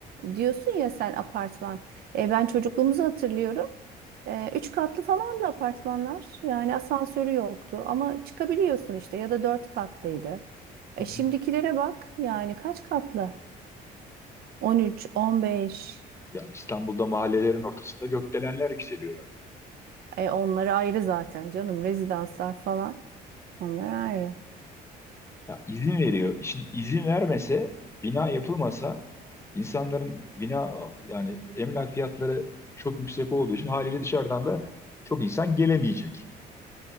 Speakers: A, on the right; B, on the left.
A: Diyorsun ya sen apartman. E, ben çocukluğumuzu hatırlıyorum. E, üç katlı falan da apartmanlar. Yani asansörü yoktu ama çıkabiliyorsun işte ya da dört katlıydı. E,
B: Hı hı.
A: şimdikilere bak yani kaç katlı? 13, 15.
B: Ya İstanbul'da mahallelerin ortasında gökdelenler yükseliyor artık.
A: E, onları ayrı zaten canım. Rezidanslar falan. Onlar ayrı.
B: Ya izin veriyor. Şimdi izin vermese bina yapılmasa insanların bina yani emlak fiyatları çok yüksek olduğu için haliyle dışarıdan da çok insan gelemeyecek.